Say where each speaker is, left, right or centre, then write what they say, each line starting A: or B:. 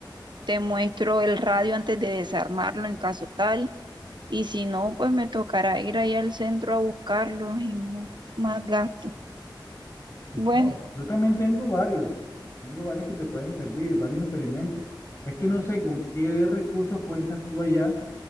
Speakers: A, on the right; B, on the left.
A: Te muestro el radio antes de desarmarlo en caso tal. Y si no, pues me tocará ir allá al centro a buscarlo y no más gasto.
B: No,
A: Bueno,
B: yo también tengo varios, tengo varios que te pueden servir, varios experimentos. Es que no sé con qué recursos cuentas tú allá